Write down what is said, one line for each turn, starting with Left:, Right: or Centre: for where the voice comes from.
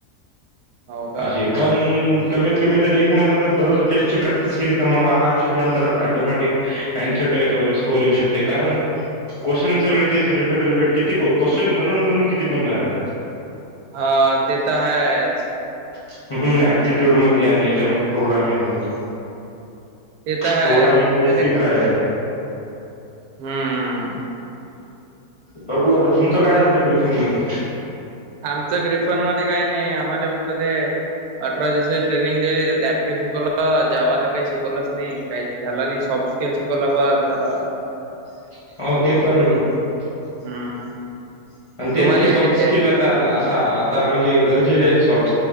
Right: हो का
Left: अशी पणं कमीत कमी जर एक क महिना जर दररोज टेस्टची प्रॅक्टिस केली तर मग <unintelligible> आरामशिर नंतर <unintelligible> ऑटोमॅटिक ऐंशी टक्क्याच्या वर स्कोर येऊ शकतो. ते कारण क्वेश्चन सगळे तेच रिपीट रिपीट किती को क्वेश्चन बनून बनून किती बणारयत.
Right: हा ते तर हायच.
Left: <unintelligible> ह् ॲप्टिट्यूड मध्ये आणि हेच्यामध्ये प्रोग्रामिंग मध्ये.
Right: ते
Left: <unintelligible>
Right: तर आहेच
Left: प्रोग्रामिंग
Right: आपल्याले
Left: बेसिख
Right: कस
Left: हाय.
Right: हम्म.
Left: बघू आता तुमचं काय झालत <unintelligible> रिफंड मध्यी.
Right: आमचं ग्रिफन मध्ये काइ‌ <unintelligible> नइ आम्हाला फक्त ते अठरा दिवस ट्रेनिंग दिली जाते <unintelligible> त्यापटे शिकवलं जावा काही शिकवलंच नाही काहीच. झाला नइ सॉफ्ट स्केल शिकवला <unintelligible> बस झाला.
Left: <inaudible> <unintelligible> हो ते पण-आण
Right: हम्म
Left: तेच
Right: तुम्हाला
Left: कि सॉफ्ट स्किल. तल असा आता म्हणजे गरजेचे <unintelligible>